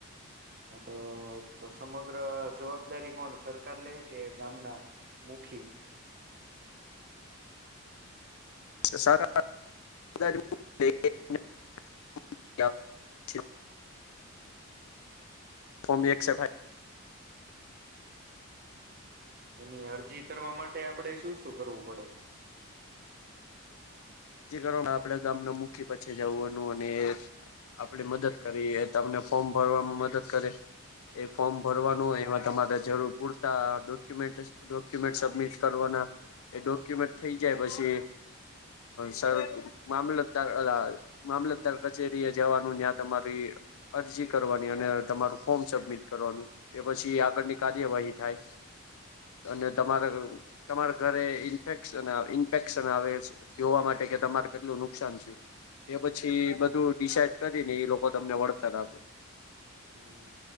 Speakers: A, on the right; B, on the left.
A: હા તો તો સમગ્ર જવાબદારી કોણ સરકાર લે કે ગામના મુખી
B: સરકાર <unintelligible> ક છે ફમ એકસે
A: એની અરજી કરવા માટે આપણેે શું શું કરવું પડે <inaudible>
B: જે કારણ આપડે ગામના મુખી પછી જવવાનું અને આપણે મદદ કરી તમને ફોર્મ ભરવામાં મદદ કરે એ ફોર્મ ભરવાનું એમાં તમારે જરૂર પૂરતા ડોક્યુમેન્ટ ડોક્યુમેન્ટ સબમિટ કરવાના એ ડોક્યુમેન્ટ થઈ જાય પછી સર મામલતદાર અ મામલતદાર કચેરી એ જવાનું ત્યા તમારી અરજી કરવાની અને તમારું ફોર્મ સબમિટ કરવાનું એ પછી આગળની કાર્યવાહી થાય અને તમારે તમારા ઘરે ઇન્ફેક્શન ઇન્ફેક્શન આવે છે જોવા માટે કે તમારે કેટલું નુકસાન થયું એ પછી બધું ડિસાઇડ કદી ને એ લોકો તમને વળતર આપે.
A: હમ્મ